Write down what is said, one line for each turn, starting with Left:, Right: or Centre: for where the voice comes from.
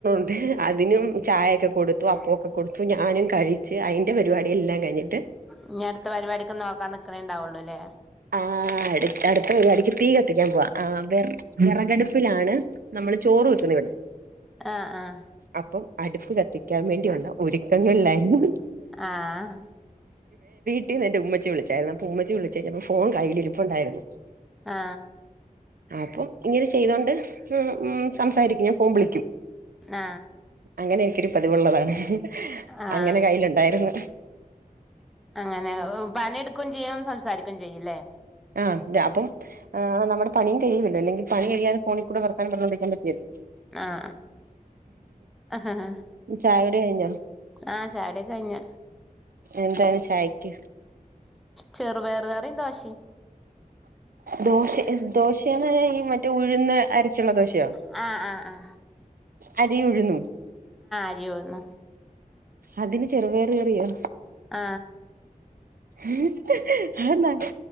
Right: <inaudible> അതിനും ചായയൊക്കെ കൊടുത്തു. <unintelligible> കൊടുത്തു ഞാനും കഴിച്ച് അയിന്റെ പരിപാടി എല്ലാം കഴിഞ്ഞു.
Centre: ഇനി അടുത്ത പരിപാടിക് നോക്കാൻ നിക്കണേണ്ടാവുള്ളൂ ല്ലേ.
Right: ആ അടുത്ത പരിപാടിക്ക് തീ കത്തിക്കാൻ പോവാ. ആ വെർ വെറകടുപ്പിലാണ് നമ്മൾ ചോറ് വ
Centre: ആഹ് ആഹ്
Right: അപ്പം അടുപ്പ് കത്തിക്കാൻ വേണ്ടിയുള്ള ഒരുക്കങ്ങളിലായിരുന്നു.
Centre: ആഹ
Right: ഇന്ന് എന്റ ഉമ്മച്ചി വിളിച്ചായിരുന്നു അപ്പോ ഉമ്മച്ചി വിളിച്ചിട്ട് ഫോൺ കയ്യിലിരുപ്പു ണ്ടായിരുന്നു.
Centre: ആ
Right: അപ്പം ഇങ്ങനെ ചെയ്തോണ്ട് സംസാരിക്കും ഞാൻ ഫോൺ വിളിക്കും.
Centre: ആ
Right: അങ്ങനെ എനിക്കൊരു പതിവുള്ളതാണ്
Centre: ആഹ്
Right: അങ്ങനെ കൈയിലുണ്ടായിരുന്നു.
Centre: അങ്ങനെ പണിട്ക്കും ചെയ്യും സംസാരിക്കും ചെയ്യും.
Right: ആ അപ്പം നമ്മുടെ പണിയും കഴിയുന്നില്ലല്ലോ? അല്ലെങ്കിൽ പണി കഴിയാതെ ഫോണി <unintelligible>
Centre: ആഹ ആഹ. ആഹ.
Right: ചായകുടി കഴിഞ്ഞോ
Centre: ആ ചായകുടിയൊക്കെ കഴിഞ്ഞു.
Right: എന്താണ് ചായക്ക്?
Centre: ചെറുപയറ് കറിയും ദോശേം.
Right: ദോശെ ദോശേണ് ഈ മറ്റേ ഉഴുന്ന് അരച്ചുള്ള ദോശ
Centre: ആ ആ ആ
Right: അരി ഉഴുന്നും
Centre: അരിയുഴുന്നും
Right: അതിന് ചെറ്പേറ് കറിയോ
Centre: ആ
Right: അയ് എന്നാ